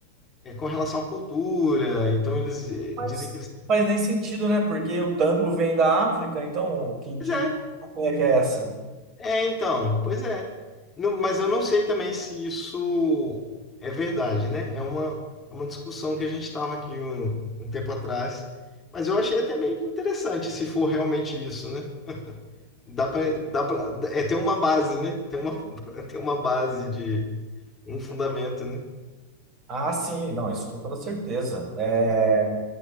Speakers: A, on the left; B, on the right.
A: é, com relação à cultura, então eles é,
B: Mas
A: dizem que eles... têm-
B: não faz nem sentido, né? Porque o tango vem da África, então que, que
A: é,
B: é que é essa?
A: É, então, pois é. Não- mas eu não sei também se isso é verdade, né? É uma, é uma discussão que a gente estava aqui um, um tempo atrás. Mas eu achei até meio que interessante se for realmente isso, né? Dá para, dá para, é ter uma base, né? Tem uma, <laughs> tem uma base de um fundamento, né?
B: Ah, sim, não, isso com toda certeza. É,